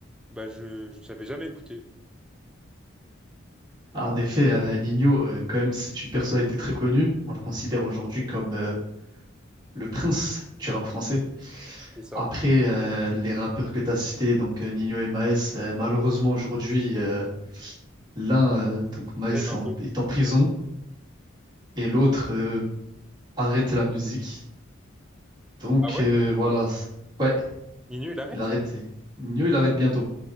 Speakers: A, in the centre; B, on the right (about 20°).
A: bah je je n'avais jamais écouté.
B: Ah, En effet, euh, Nino, euh, quand même, c'est une personnalité très connue. On le considère aujourd'hui comme euh, le prince du rap français.
A: C'est ça.
B: Après, euh, les rappeurs que tu as cités, donc euh, Nino et Maes, euh, malheureusement aujourd'hui, euh, l'un, euh, donc Maes,
A: Peine
B: est
A: un
B: en,
A: peu.
B: est en prison et l'autre euh, arrête la musique. Donc
A: Ah ouais?
B: euh, voilà, c- ouais,
A: Ninho, il arrête?
B: il a arrêté. Nino, il arrête bientôt.